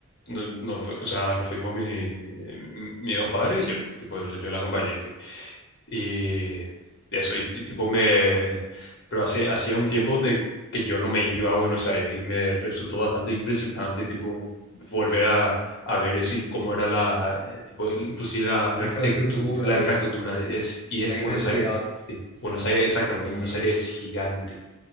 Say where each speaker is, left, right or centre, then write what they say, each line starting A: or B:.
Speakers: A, on the left (about 50°); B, on the left (about 25°).
A: no, no fu- o sea, nos fuimos mi, mi- mis dos padres y yo, tipo, yo la acompañé. Y eso, y, y tipo me... Pero hace, hacía un tiempo donde que yo no me iba a Buenos Aires y me resultó bastante impresionante, tipo, volver a, a ver eso y cómo era la, eh, tipo, el- inclusive la, la
B: La
A: arquitectura,
B: infraestructura
A: la
B: y
A: infraestructura.
B: eso,
A: Es, y es
B: la inmensidad,
A: Buenos Aires, sí, Buenos Aires, exactamente,
B: sí,
A: Buenos Aires es gigante.